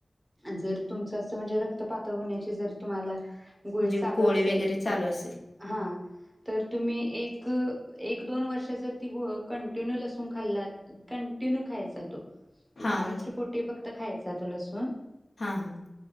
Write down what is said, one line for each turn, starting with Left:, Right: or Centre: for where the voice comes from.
Right: जर तुमच अस म्हणजे रक्त पातळ होण्याचे जर तुम्हाला गुळी
Left: म्हणजे
Right: चालू
Left: गोळी
Right: असेल
Left: वगैरे चालू असेल.
Right: हा तर तुम्ही एक एक दोन वर्ष जर ती ग कंटिन्यू लसून खाल्लात कंटिन्यू खायचा तो
Left: हां,
Right: अनुषपोटी फक्त खायचा तो लसु अ
Left: हा हा